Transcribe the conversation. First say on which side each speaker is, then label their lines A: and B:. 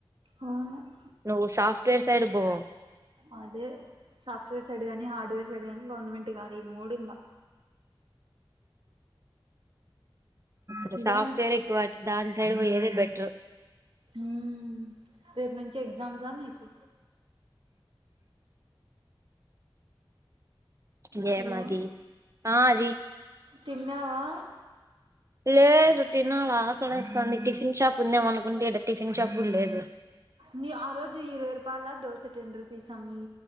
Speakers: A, on the right; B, on the right.
A: అవును
B: నువ్వు సాఫ్ట్వేర్ సైడు బ
A: అదే సాఫ్ట్వేర్ సైడ్ గాని హార్డ్వేర్ సైడ్ గాని గవర్నమెంట్ కాదు ఈ మూడు ఇంగా
B: మ్
A: ఇదే
B: సాఫ్ట్ వైరే ఎక్కువ దాని సైడ్ పోయ్యేదె బెట్రూ
A: మ్ రేపు నుంచి ఎగ్జామ్సా మీకు
B: మ్ ఏయం
A: హలో
B: మాది ఆ అది
A: తిన్నావా
B: లేదు తిన్నావా ఆహా నీ టిఫిన్ షాప్ ఉందేమో అనుకుంటే, ఈడ టిఫిన్ షాప్ కూడా లేదు.
A: నీ ఆ రోజు ఇరవై రూపాయల దోస టెన్ రుపీస్ అమ్మి